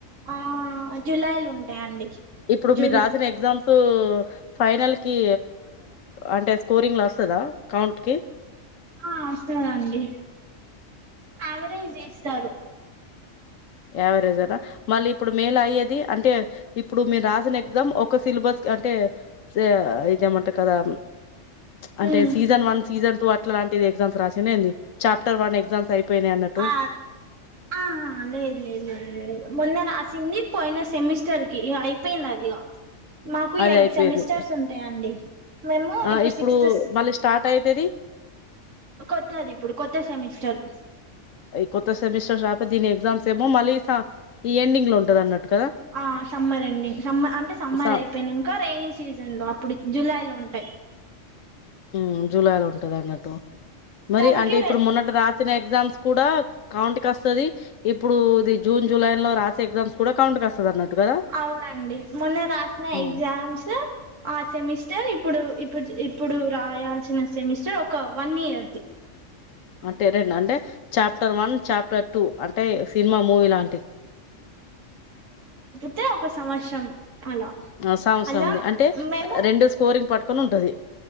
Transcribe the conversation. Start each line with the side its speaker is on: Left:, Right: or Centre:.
Right: ఆ జులైలో ఉంటాయండి
Left: ఇప్పుడు
Right: జూన్
Left: మీరు రాసిన ఎగ్జామ్స్ ఫైనల్ కి అంటే స్కోరింగ్ లో వస్తుందా కౌంట్ కి
Right: ఆ వస్తదండి ఆవరైజ్ చేస్తారు
Left: యావరేజ్ ఆ రా మళ్ళీ ఇప్పుడు మే లో అయ్యేది అంటే ఇప్పుడు మీరు రాసిన ఎగ్జామ్ ఒక సిలబస్ క అంటే స ఇదేమంటారు కదా అంటే
Right: um
Left: season one season two అట్లాంటిది ఎగ్జామ్స్ రాసిన్న ఏంది చాప్టర్ వన్ ఎగ్జామ్స్ అయిపోయినాయి అన్నట్టు
Right: ఆ ఆహా లేదు లేదు మొన్న రాసింది పోయిన సెమిస్టర్ కి ఇగ అయిపోయింది అది ఇగ మాకు
Left: అది
Right: ఎయిట్
Left: అయిపోయింది
Right: సెమిస్టర్స్ ఉంటాయండి మేము
Left: ఆ ఇప్పుడు
Right: సిక్స్త్
Left: మళ్లీ స్టార్ట్ అయితది
Right: కొత్తది ఇప్పుడు కొత్త సెమిస్టర్
Left: ఈ కొత్త సెమిస్టర్ రాక దీని ఎగ్జామ్స్ ఏమో మళ్లీ స ఈ ఎండింగ్ లో ఉంటది అన్నట్టు కదా
Right: ఆ సమ్మర్ ఎండింగ్ సమ్మ అంటే సమ్మర్
Left: స
Right: అయిపోయినాంక రెనీ సీజన్ లో అప్పుడు జూలై లో ఉంటాయి
Left: మ్ జూలై లో ఉంటది అన్నట్టు మరి
Right: దానికి
Left: అంటే ఇప్పుడు
Right: రె
Left: మొన్నటి రాసిన ఎగ్జామ్స్ కూడా కౌంట్ కస్తది ఇప్పుడు ఇది జూన్ జులై లో రాసే ఎగ్జామ్స్ కూడా కౌంట్ కస్తది అన్నట్టు కదా
Right: అవునండి మొన్న రాసిన
Left: ఉమ్,
Right: ఎగ్జామ్స్ ఆ సెమి స్టర్ ఇప్పుడు ఇప్పు ఇప్పుడు రాయాల్సిన సెమిస్టర్ ఒక వన్ ఇయర్ది
Left: అంటే రెండు అంటే చాప్టర్ వన్ చాప్టర్ టూ అంటే సినిమా మూవీ లాంటి
Right: అయితే ఒక సంవత్సరం అలా
Left: ఆ సంవత్సరంది
Right: అలా
Left: అంటే
Right: మేము
Left: రెండు స్కోరింగ్ పట్టుకొని ఉంటది